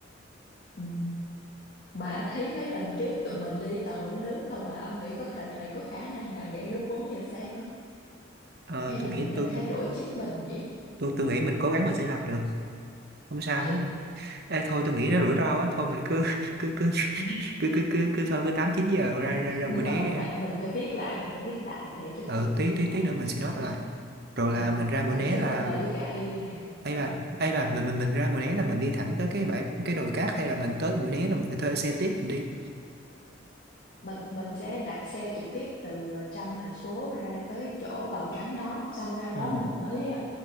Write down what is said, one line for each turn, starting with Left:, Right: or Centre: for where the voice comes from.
Left: ừ. mà thấy mấy lần trước tụi mình đi toàn ngủ nướng không mà ông nghĩ có khả này có khả năng nào dậy lúc 4 giờ sáng không
Right: Ờ,
Left: hay
Right: tôi
Left: là mình
Right: nghĩ
Left: nên
Right: tôi
Left: thay
Right: tôi
Left: đổi chính mình nhỉ
Right: tôi tôi nghĩ mình cố gắng mình sẽ làm được không sao
Left: ừ
Right: hết ê thôi tôi nghĩ nó rủi ro quá thôi mình cứ <laughs> cứ cứ
Left: <laughs>
Right: cứ cứ cứ, cứ thôi cứ tám chín giờ ra
Left: không
Right: ra ra
Left: nhưng
Right: buổi né
Left: mà mình
Right: đi ha
Left: phải mình phải viết lại mình phải viết lại để cho
Right: ừ
Left: tụi kia
Right: tí tí
Left: nó
Right: tí nữa mình sẽ nốt
Left: nó
Right: lại rồi là
Left: ừ
Right: mình ra bữa
Left: tụi
Right: né
Left: nó sẽ
Right: là
Left: bất ngờ với cái idea này
Right: ấy bà
Left: Ừ.
Right: ấy bà mình mình mình ra Mũi Né là mình đi thẳng tới cái bãi cái đồi cát hay là mình tới Mũi Né rồi mình phải thuê xe tiếp mình đi
Left: mình mình sẽ đặt xe trực tiếp từ ờ, trong thành phố ra tới chỗ Bào Trắng đó xong ra đó
Right: Ồ,
Left: mình mới ờ,